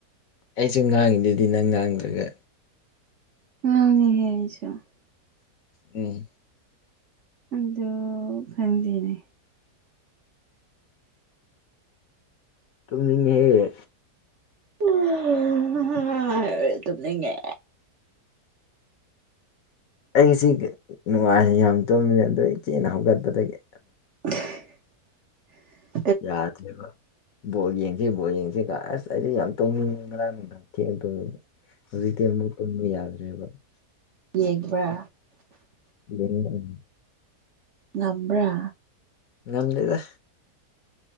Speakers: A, on the left; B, on the right.
A: ꯑꯩꯁꯨ ꯉꯥꯡꯉꯤꯗꯨꯗꯤ ꯅꯪ ꯉꯥꯡꯗ꯭ꯔꯒ
B: <unintelligible>
A: ꯎꯝ
B: ꯑꯗꯨ ꯈꯪꯗꯦꯅꯦ
A: ꯇꯨꯝꯅꯤꯡꯉꯦꯍꯦ
B: <unintelligible> ꯇꯨꯝꯅꯤꯉꯦ
A: ꯑꯩ ꯉꯁꯤ ꯅꯨꯡꯉꯥꯏ ꯌꯥꯝ ꯇꯣꯃꯤꯅꯤ ꯑꯗꯣ ꯊꯦꯡꯅ ꯍꯧꯒꯠꯄꯗꯒꯤ
B: <inaudible>
A: ꯌꯥꯗ꯭ꯔꯦꯕ ꯕꯣꯟ ꯌꯦꯡꯁꯦ ꯕꯣꯔ ꯌꯦꯡꯁꯦ ꯀ ꯑꯁ ꯑꯩꯁꯦ ꯌꯥꯝ ꯇꯣꯡꯅꯤꯡꯉꯦ ꯉꯥꯔꯥꯡ ꯅꯨꯡꯗꯥꯡ ꯊꯦꯡꯅ ꯇꯣꯡꯅꯤꯡꯉꯦ ꯍꯧꯖꯤꯛꯇꯤ ꯑꯃꯨ ꯇꯨꯝꯉ ꯌꯥꯗ꯭ꯔꯦꯕꯇꯥ
B: ꯌꯦꯡꯕ꯭ꯔꯥ
A: ꯎꯝ
B: ꯉꯝꯕꯔꯥ
A: ꯉꯝꯗꯦꯗ